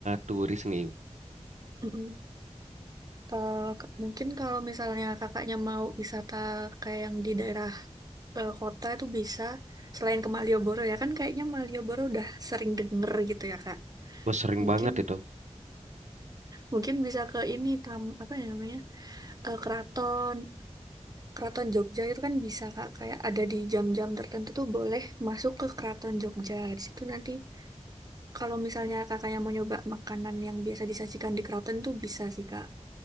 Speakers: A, on the right; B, on the right.
A: turis nih.
B: Mm-mm. Eh, k- mungkin kalau misalnya kakaknya mau wisata kayak yang di daerah eh, kota itu bisa selain ke Malioboro ya kan kayaknya Malioboro udah sering denger gitu ya Kak.
A: Wah, sering
B: Mungkin
A: banget itu.
B: mungkin bisa ke ini tam apa ya namanya? Eh, keraton Keraton Jogja itu kan bisa Kak kayak ada di jam-jam tertentu tuh boleh masuk ke Keraton Jogja. Di situ nanti kalau misalnya kakaknya mau nyoba makanan yang biasa disajikan di keraton tuh bisa sih Kak.